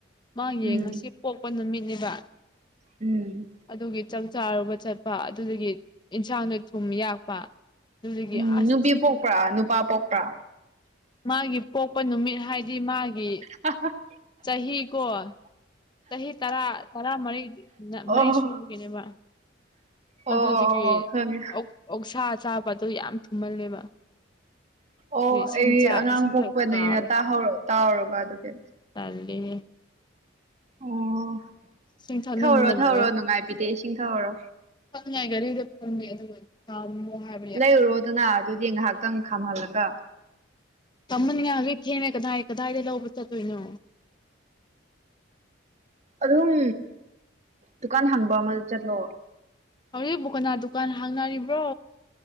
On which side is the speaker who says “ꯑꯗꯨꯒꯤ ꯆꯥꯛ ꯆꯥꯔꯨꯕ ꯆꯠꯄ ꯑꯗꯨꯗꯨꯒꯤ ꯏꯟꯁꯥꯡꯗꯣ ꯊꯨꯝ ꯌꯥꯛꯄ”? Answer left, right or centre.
Left